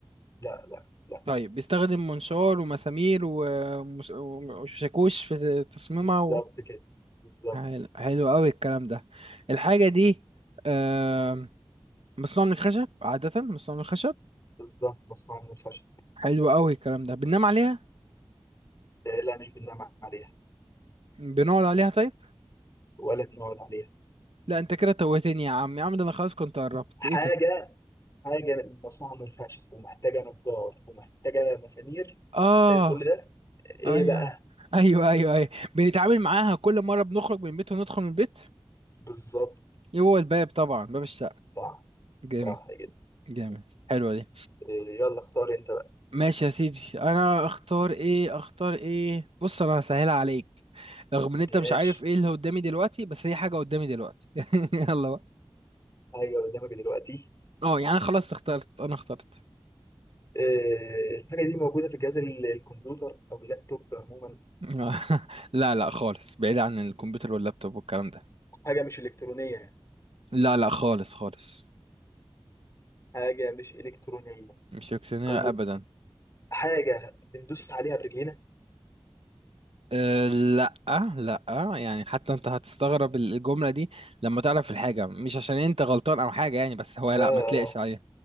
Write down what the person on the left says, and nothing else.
لا لا لا
بالظبط
كده بالظبط
بالظبط مصنوعه من الخشب
لا مش بننام عليها
ولا بنقعد عليها
حاجه
حاجه مصنوعه من الخشب ومحتاجه نجار ومحتاجه مسامير
ومحتاجه كل ده ايه
بقى
بالظبط
صح
صح كده
إيه، يلا اختار انت بقى
ماشي
ايوه قدامك دلوقتي
آه، الحاجه دي موجوده في جهاز ال- الكمبيوتر او اللابتوب عموما
حاجه مش الكترونيه يعني
حاجه مش الكترونيه
طيب
حاجه بندوس عليها برجلينا
اه آه.